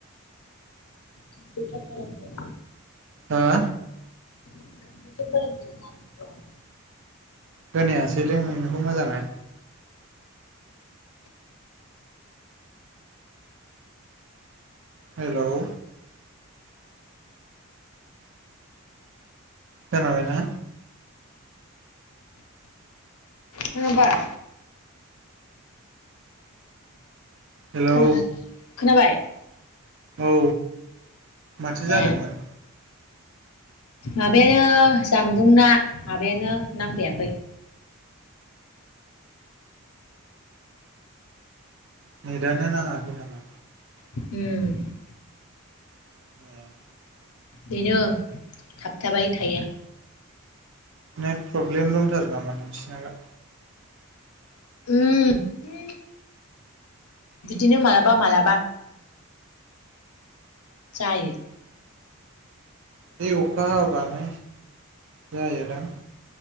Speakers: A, on the left; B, on the right.
A: कम्पिउटार फोरोंगिरि
B: हा
A: कम्पिउटार फोरोंगिरि जानानै दं
B: खोनायासैलै नोंनिखौ मोजाङै। हेल' खोनाबायना?
A: खोनाबाय
B: हेलौ
A: खोनादों खोनाबाय।
B: औ माथो जादोंमोन?
A: ए माबायानो जामबुं ना माबायानो नांफैयाखै।
B: नेदानो नाङाखै नामा?
A: हम
B: <inaudible>
A: बेनो थाबथाबाय थायो।
B: नेट प्रब्लेम दंथारो नामा नोंसिना?
A: <unintelligible> बिदिनो मालाबा मालाबा जायो।
B: बे अखा हाबानो जायोदां।